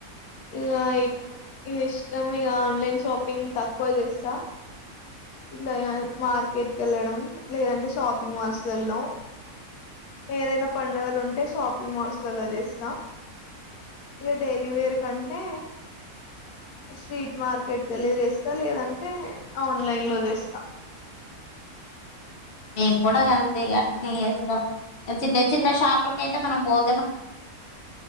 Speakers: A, on the left; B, on the left.
A: ఇగ ఇగ ఇష్టం ఇగాఆన్లైన్ షాపింగ్ తక్కువ చేస్తా. ఇట్ల ఇగ మార్కెట్ వెళ్ళడం లేదంటే షాపింగ్ మాల్స్ లో ఏదైనా. పండుగలు ఉంటే షాపింగ్ మాల్స్. లలో చేస్తా ఇగ డైలీ వేర్ కంటే స్ట్రీట్ మార్కెట్ కేలీ చేస్తా లేదంటే అవు. ఆన్లైన్ లో చేస్తా.
B: మేము కూడా గంతే ఇగ అట్లనే చేస్తాం ఎం చిన్న చిన్న షాపులాకు అయితే మనం పోం.